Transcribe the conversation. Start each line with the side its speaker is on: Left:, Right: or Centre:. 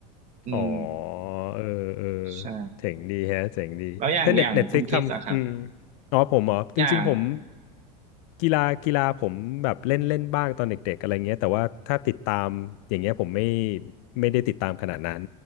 Right: อืม
Left: อ๋อเออเออ
Right: ใช่
Left: เจ๋งดีแฮะเจ๋งดีถ้าเน็ตเน็ตฟลิกทำอืม
Right: แล้วอย่างอย่างคุณคิดอะครับ
Left: อ๋อผมเหรอจริงๆผม
Right: อย่าง
Left: กีฬากีฬาผมแบบเล่นเล่นบ้างตอนเด็กๆอะไรเงี้ยแต่ว่าถ้าติดตามอย่างเงี้ยผมไม่ไม่ได้ติดตามขนาดนั้น